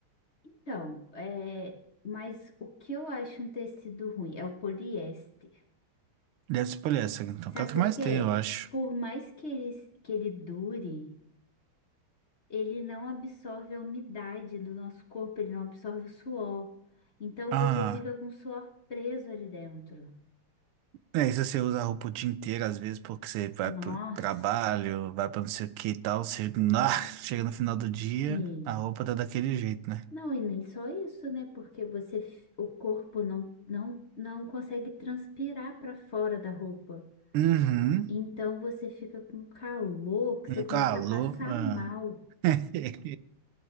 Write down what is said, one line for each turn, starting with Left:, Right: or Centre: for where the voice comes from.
Left: Então, é, mas o que eu acho um tecido ruim é o poliéster.
Right: Deve ser poliéster, então,
Left: Sabe
Right: que é o que
Left: por
Right: mais
Left: quê?
Right: tem, eu acho.
Left: Por mais que ele, que ele dure, ele não absorve a umidade do nosso corpo, ele não absorve o suor. Então
Right: Ah,
Left: você fica com o suor preso ali dentro.
Right: é isso, você usa a roupa o dia inteiro, às vezes, porque você vai
Left: Nossa,
Right: pro trabalho, vai pra não sei o que e tal, você, ah, <laughs> chega no final do dia,
Left: sim.
Right: a roupa tá daquele jeito, né?
Left: Não, e nem só isso, né? Porque você, f- o corpo não, não, não consegue transpirar para fora da roupa.
Right: Uhum,
Left: Então você fica com calor que
Right: um
Left: você começa
Right: calor.
Left: a passar
Right: Ah.
Left: mal.
Right: <laughs>